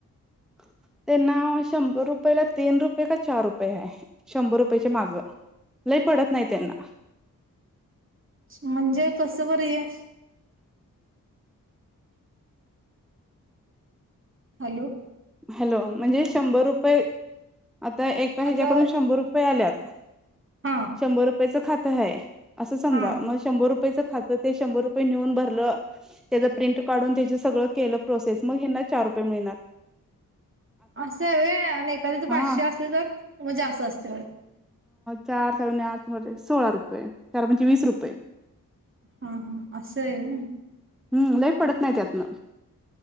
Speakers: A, in the centre; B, on the right.
A: <unintelligible> त्यांना शंभर रुपयेला तीन रुपये का चार रुपये आहे शंभर रुपयाेची मागं. लई पडत नाही त्यांना.
B: म्हणजे कसं बर हे. हॅलो.
A: हॅलो म्हणजे शंभर रुपये आता एका ह्याच्याकडून
B: आता
A: शंभर रुपये आल्यात
B: हा
A: शंभर रुपयाचं खातं हाय, असं समजा
B: हा
A: मग शंभर रुपय पयच खातं ते शंभर रुपये नेऊन भरलं, त्याची प्रिंट काढून त्याचं सगळं केलं प्रोसेस मग ह्यांना चार रुपये मिळणार.
B: असं आहे होय? आणि एखाद तर पाचशे
A: हा
B: असले तर, म्हजे असं असते.
A: चार साड आ म्हजे सोळा रुपये चार म्हणजे वीस रुपये.
B: हा हा असं आहे..
A: हम्म लई पडत नाही त्यातनं.